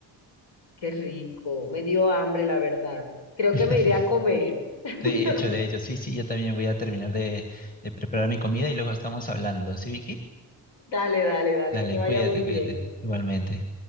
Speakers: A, on the left; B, on the left.
A: Qué rico. Me dio hambre, la verdad. Creo
B: <laughs>
A: que me iré a comer. <laughs>
B: De hecho, de hecho, sí, sí, yo también voy a terminar de, de preparar mi comida y luego estamos hablando. ¿Sí, Vicky?
A: Dale, dale, dale,
B: Dale,
A: que te vaya
B: cuídate,
A: muy
B: cuídate.
A: bien.
B: Igualmente.